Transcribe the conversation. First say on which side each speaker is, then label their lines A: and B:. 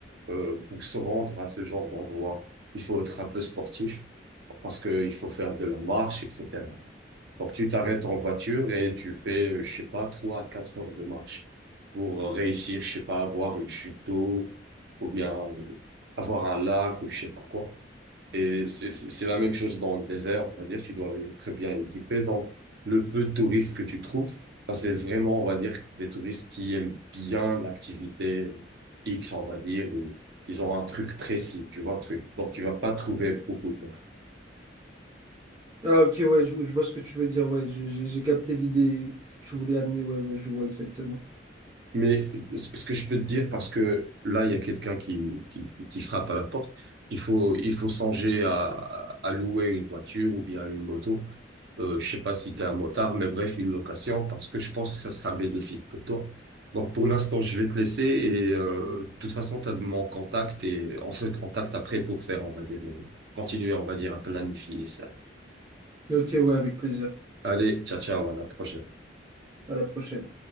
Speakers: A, on the right (about 65°); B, on the right (about 20°).
A: euh, pour se rendre à ce genre d'endroit, il faut être un peu sportif parce qu'il faut faire de la marche, etc. Donc, tu t'arrêtes en voiture et tu fais, euh, je sais pas, trois à quatre heures de marche pour euh, réussir, je sais pas, avoir une chute d'eau ou bien euh, avoir un lac ou je sais pas quoi. Et c'est c'est- c'est la même chose dans le désert, on va dire, tu dois être très bien équipé. Donc, le peu de touristes que tu trouves, ça, c'est vraiment, on va dire, des touristes qui aiment bien l'activité euh, X, on va dire, ou ils ont un truc précis, tu vois, un truc. Donc, tu vas pas trouver beaucoup de
B: Ah, ok, ouais, je, je vois ce que tu veux dire, ouais, j'ai j'ai- j'ai capté l'idée que tu voulais amener, ouais, ouais, je vois exactement.
A: Mais ce que je peux te dire, parce que là, il y a quelqu'un qui, qui, qui frappe à la porte, il faut, il faut songer à, à à louer une voiture ou bien une moto. Euh, je sais pas si tu es un motard, mais bref, une location, parce que je pense que ça sera bénéfique pour toi. Donc, pour l'instant, je vais te laisser et euh, de toute façon, tu as de mon contact et on se contacte après pour faire, on va dire, euh, continuer, on va dire, à planifier ça.
B: Ok, ouais, avec plaisir.
A: Allez, ciao, ciao, à la prochaine.
B: À la prochaine.